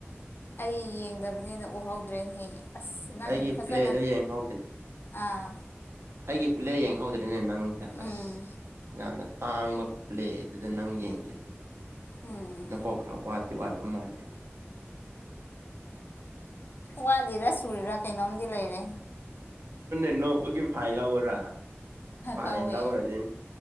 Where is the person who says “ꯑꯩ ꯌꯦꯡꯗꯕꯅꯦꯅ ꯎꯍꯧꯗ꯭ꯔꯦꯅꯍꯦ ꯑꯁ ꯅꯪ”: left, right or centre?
Left